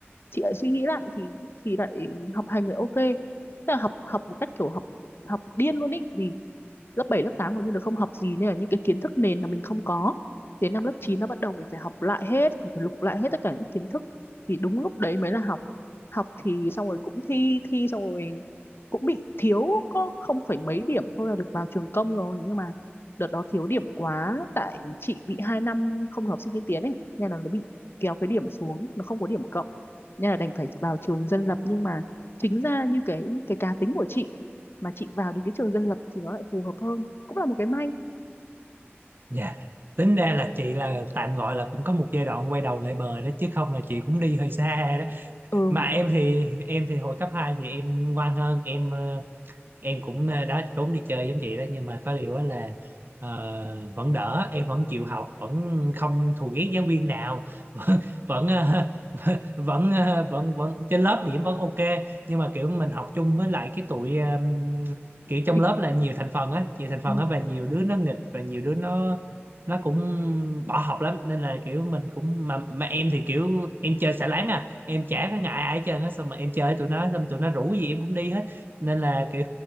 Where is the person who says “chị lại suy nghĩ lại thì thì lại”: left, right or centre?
Left